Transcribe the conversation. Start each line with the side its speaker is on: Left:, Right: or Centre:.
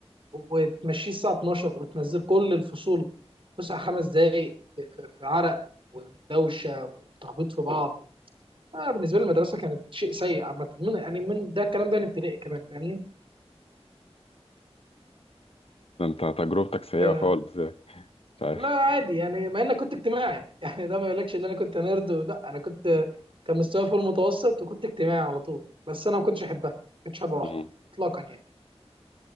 Right: وتمشيه الساعه 12 وتنزل كل الفصول فسحه خمس دقائق في, في, في عرق ودوشه وتخبيط في بعض آه بالنسبه لي المدرسه كانت شيء سيء عامه من يعني من ده الكلام ده من ابتدائي كمان فاهمني
Left: فأنت تجربتك سيئة
Right: آه
Left: خالص يعني. مش عارف
Right: لا عادي يعني مع اني كنت اجتماعي <laughs> يعني ده ما يقولكش ان انا كنت نيرد لا انا كنت كان مستواي في المتوسط وكنت اجتماعي على طول بس انا ما كنتش احبها ما كنتش حابب اروح
Left: مم.
Right: اطلاقا يعني